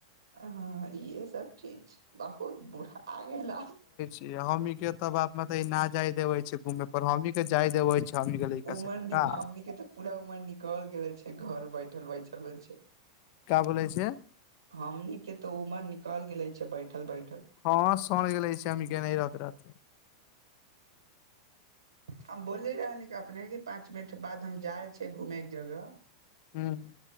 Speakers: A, on the right; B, on the left.
A: ह इहे सब चीज बहुत बुढा गेल
B: हमहीं के त बाप म न जाय देवे छै घूमे पर हमही के जाय देवे छी सी गेल लैकस
A: उमर
B: का
A: नि हमनी के तऽ पूरा उमर निकल गेले छै घर बैठल बैठल भेल छै
B: का बोलै छै
A: हमनी के तऽ उमर निकल गेले छै बैठल बैठल
B: हँ सझ गेल लै छै अम के नहि रत रत
A: हम बोले रहल अपने के पाँच मिनट बाद हम जाय छै घूमे के जगह
B: हँ